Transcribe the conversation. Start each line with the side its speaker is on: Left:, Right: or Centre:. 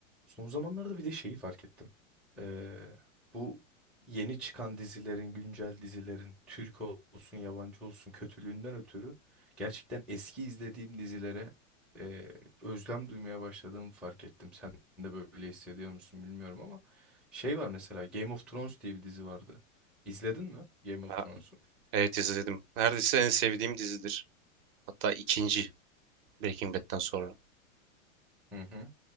Centre: Son zamanlarda bir de şeyi fark ettim. Ee, bu yeni çıkan dizilerin, güncel dizilerin, Türk olsun, yabancı olsun kötülüğünden ötürü gerçekten eski izlediğim dizilere e, özlem duymaya başladığımı fark ettim. Sen de böyle hissediyor musun bilmiyorum ama şey var mesela Game of Thrones diye bir dizi vardı. İzledin mi Game of
Right: Ha,
Centre: Thrones'u?
Right: evet izledim. Neredeyse en sevdiğim dizidir. Hatta ikinci Breaking Bad'den sonra.
Centre: Hı hı.